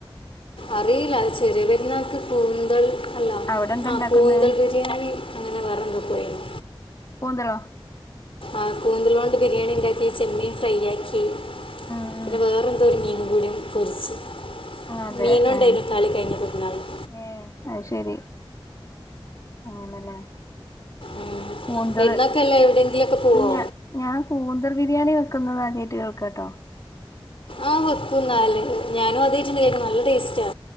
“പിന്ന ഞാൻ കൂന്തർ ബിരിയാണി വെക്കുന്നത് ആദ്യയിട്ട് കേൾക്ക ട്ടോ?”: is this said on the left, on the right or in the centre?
Left